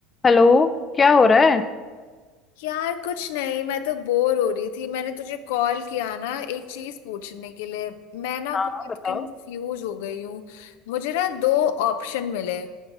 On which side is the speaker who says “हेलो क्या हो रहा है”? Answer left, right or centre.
Left